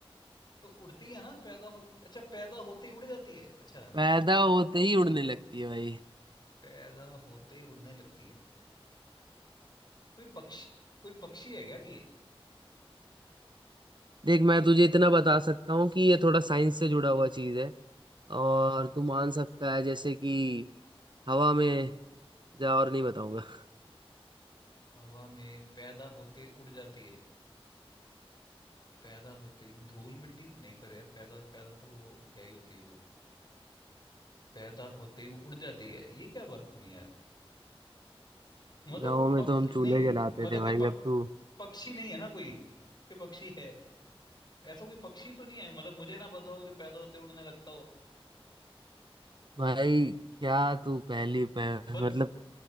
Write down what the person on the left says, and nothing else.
तो उड़ती है ना पैदा हो अच्छा पैदा होते ही उड़ जाती है अच्छा नहीं
पैदा होते ही उड़ने लगती है कोई पक्षी कोई पक्षी है क्या कि ये
हवा में पैदा होते ही उड़ जाती है पैदा होते ही धूल मिट्टी नहीं पर यार पैदा पैदा तो वो क्या ही होती है वो पैदा होते ही वो उड़ जाती है ये क्या बात बनी यार मतलब
पक
नहीं
मतलब
कोई
पक
पक्षी नहीं है ना कोई ये पक्षी है ऐसा कोई पक्षी तो नहीं है मतलब मुझे ना पता हो जो पैदा होते ही उड़ने लगता हो
ब-
बत,